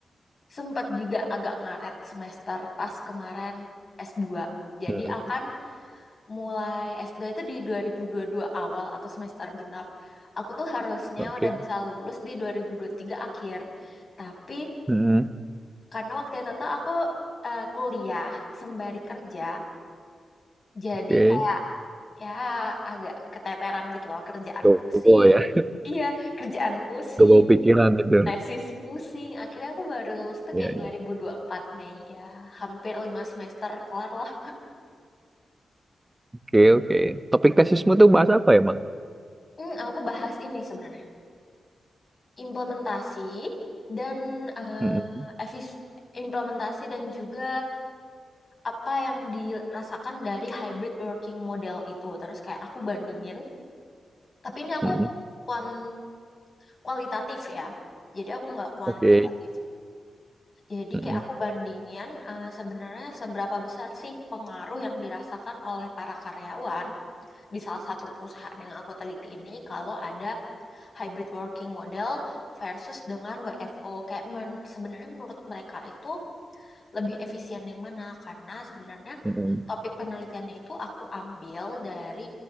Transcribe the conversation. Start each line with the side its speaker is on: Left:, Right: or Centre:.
Left: sempat juga agak ngaret semester pas kemarin s dua Jadi
Right: Hmm,
Left: akan mulai S2 itu di 2022 awal atau semester genap. Aku tuh harusnya
Right: Oke.
Left: udah bisa lulus di 2023 akhir. Tapi
Right: Hmm,
Left: karena waktu itu tuh aku eh, kuliah sembari kerja, jadi
Right: Oke.
Left: kayak ya agak keteteran gitu loh, kerjaan
Right: Dobo
Left: pusing.
Right: ya.
Left: Iya, kerjaan
Right: <laughs>
Left: pusing,
Right: Dobo pikiran itu.
Left: tesis pusing. Akhirnya aku baru lulus tuh
Right: Ya,
Left: kayak
Right: ya.
Left: 2024 Mei ya, hampir lima semester kelar lah.
Right: Oke, oke. Topik tesismu tuh bahas apa ya, Mang?
Left: Hmm, aku bahas ini sebenarnya. implementasi dan eh,
Right: Hmm,
Left: efis- implementasi dan juga apa yang dirasakan dari hybrid working model itu. Terus kayak aku bandingin, tapi ini aku
Right: hmm,
Left: kuan- kualitatif ya. Jadi aku nggak kuantitatif.
Right: Oke.
Left: Jadi
Right: Hmm,
Left: kayak aku bandingin eh, sebenarnya seberapa besar sih pengaruh yang dirasakan oleh para karyawan di salah satu perusahaan yang aku teliti ini kalau ada hybrid working model versus dengan WFO. Kayak men- sebenarnya menurut mereka itu lebih efisien yang mana? Karena sebenarnya
Right: hmm,
Left: topik penelitiannya itu aku ambil dari